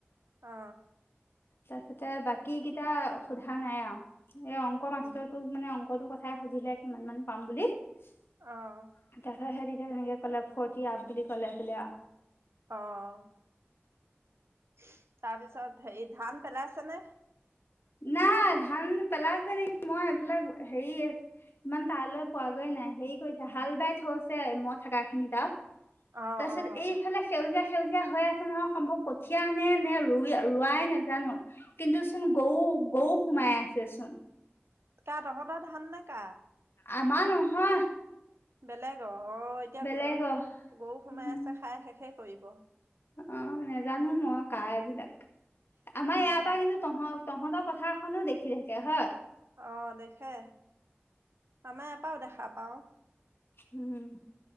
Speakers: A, on the right; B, on the left.
A: অ।
B: তাৰপিছতে বাকী কেইটা সোধা নাই আৱ এ অংক মাষ্টৰটোক
A: উম।
B: মানে অংকটো কথা সুধিলে কিমান মান পাম বুলি তাপিছত
A: অ',
B: সেতি তেনেকে ক'লে ফৰটি আপ বুলি ক'লে বোলে।
A: অহ। তাৰপিছত হেই ধান পেলাইছে নে।
B: নাই ধান পেলাইছে নেকি মই এইবিলাক হেই ইমান তালৈ পোৱাগৈ নাই হেই কৰিছে হাল বাই থৈছে মই থকা খিনি তাত
A: অ',
B: তাপিছত
A: অ'।
B: এইফালে সেউজিয়া। সেউজীয়া হৈ আছে নহয় সম্ভৱ কঠিয়া নে নে ৰো ৰোৱাই নেজানো। কিন্তু চোন গৰু গৰু সোমাই আছে চোন।
A: কা তহঁতৰ ধান নে কা
B: আমাৰ নহয়।
A: বেলেগ অ অ এতিয়া
B: বেলেগৰ
A: গ গৰু সোমাই
B: উম
A: আছে খাই শেষে কৰিব।
B: অ নেজানো মই কা এইবিলাক,
A: অ',
B: আমাৰ এয়া পা কিন্তু তহঁত। তহঁত পথাৰ খনো দেখি থাকে হয়।
A: অ দেখে আমাৰ এয়া পাও দেখা পাওঁ।
B: উম